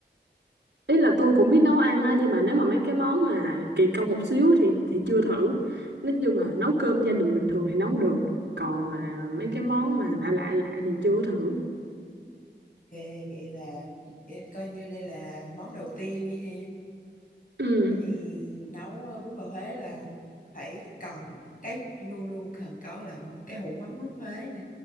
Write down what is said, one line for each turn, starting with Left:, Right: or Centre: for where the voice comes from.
Right: ý là tôi cũng biết nấu ăn á nhưng mà nếu mà mấy cái món mà kỳ công một xíu thì thì chưa thử nói chung là nấu cơm gia đình bình thường thì nấu được còn mà mấy cái món mà lạ lạ lạ thì chưa thử
Left: Ok, vậy là vậy coi như đây là món đầu tiên đi ha.
Right: ừ
Left: Thì nấu ờ, bún bò Huế là phải cần cái luôn luôn cần có là một cái hũ mắm rút Huế nha.